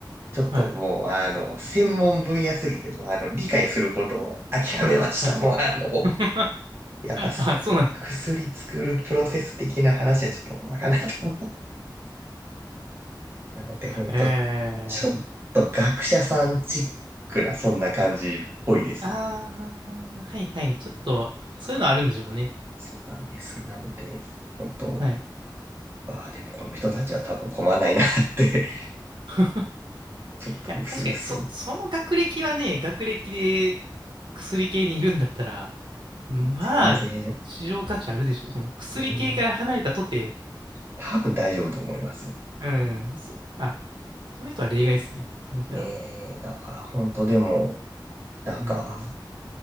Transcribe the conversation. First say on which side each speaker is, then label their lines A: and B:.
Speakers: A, on the right; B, on the right.
A: ちょっともうあの、
B: はい。
A: 専門分野すぎて、もうあの、理解することを諦めました。
B: はい。
A: もうあの、
B: <laughs>
A: やっぱ
B: あ、そうなんです。
A: 薬作るプロセス的な話はちょっとわかんないと思う。なので、ほんと、
B: えー。
A: ちょっと学者さんチックな、そんな感じっぽいです。
B: ああ、はいはい。ちょっと、そういうのあるんでしょうね。
A: そうなんです。なので、本当
B: はい。
A: ああ、でもこの人たちは多分困らないなって
B: <laughs> い
A: <laughs> ちょっと薄々、
B: や、確かに、
A: うす
B: そ、その学歴はね、学歴で薬系にいるんだったら、まあ、
A: 全然、
B: 市場価値あるでしょ。その薬系から離れたとて、
A: 全多分大丈夫と思います。
B: うん、そあ、その人は例外ですね。その人らは。
A: ねえ、だから本当でも、なんか、
B: うん、